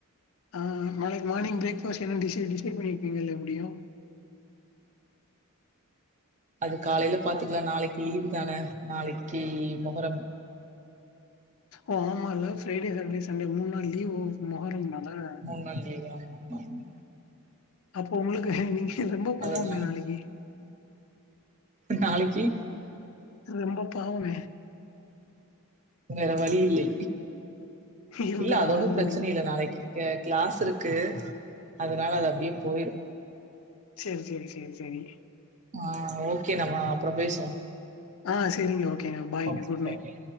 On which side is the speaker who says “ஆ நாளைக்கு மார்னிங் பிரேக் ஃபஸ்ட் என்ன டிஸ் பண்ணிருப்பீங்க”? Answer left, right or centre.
Left